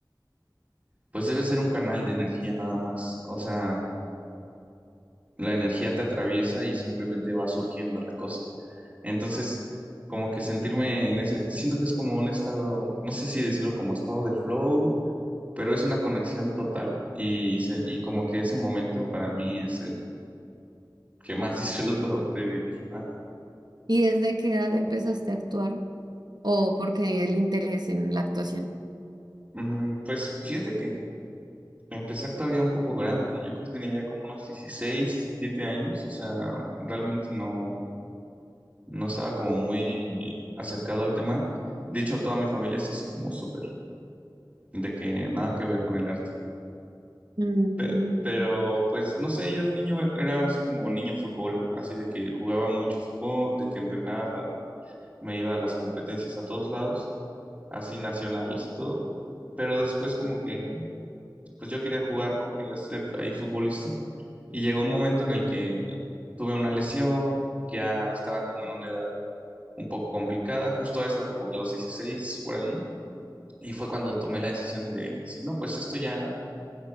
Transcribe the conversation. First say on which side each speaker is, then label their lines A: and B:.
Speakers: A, on the right; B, on the right.
A: pues debe ser un canal de energía nada más, o sea... la energía te atraviesa y simplemente va surgiendo la cosa. Entonces, como que sentirme en ese, siento que es como un estado, no sé si decirlo como estado de flow, pero es una conexión total y, se- y como que ese momento para mí es el que más <laughs> disfruto de vivir. Ajá.
B: ¿Y desde qué edad empezaste a actuar? ¿O porque el interés en la actuación?
A: Mm, Pues fíjate que empecé a actuar ya un poco grande, yo creo que tenía ya como unos 16, 17 años, o sea, realmente no, no estaba como muy acercado al tema. De hecho, toda mi familia es así como súper de que nada que ver con el arte.
B: Mm,
A: Pe- pero pues no sé, yo de niño e-, era así como niño fútbol, así de que jugaba mucho fútbol, de que entrenaba, de que me iba a las competencias a todos lados, así nacionales y todo, pero después como que pues yo quería jugar, ¿no? Quería ser ahí futbolista y llegó un momento en el que tuve una lesión, ya estaba como en una edad un poco complicada, justo a esa como los 16 por ahí. Y fue cuando tomé la decisión de decir, no, pues esto ya